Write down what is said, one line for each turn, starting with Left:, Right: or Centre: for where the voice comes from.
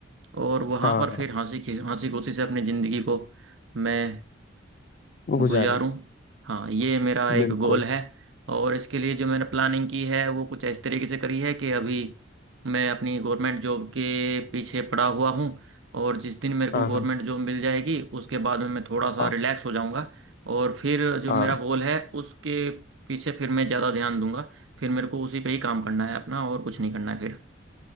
Right: और वहाँ
Left: हाँ
Right: पर
Left: हाँ
Right: फिर हंसी खी- हंसी खुशी से अपनी ज़िंदगी को मैं गुजारूं
Left: गुजारूं
Right: हाँ ये मेरा एक
Left: बिल्कुल
Right: गोल है और इसके लिए जो मैंने प्लानिंग की है वो कुछ इस तरीके से करी है कि अभी मैं अपनी गवर्नमेंट जॉब के पीछे पड़ा हुआ हूँ और जिस दिन मेरे को
Left: हाँ
Right: गवर्नमेंट
Left: हाँ
Right: जॉब मिल जाएगी उसके बाद में मैं थोड़ा सा
Left: हाँ
Right: रिलैक्स हो जाऊंगा और फिर जो
Left: हाँ
Right: मेरा गोल है उसके पीछे फिर मैं ज़्यादा ध्यान दूंगा फिर मेरे को उसी पे ही काम करना है अपना और कुछ नहीं करना है फिर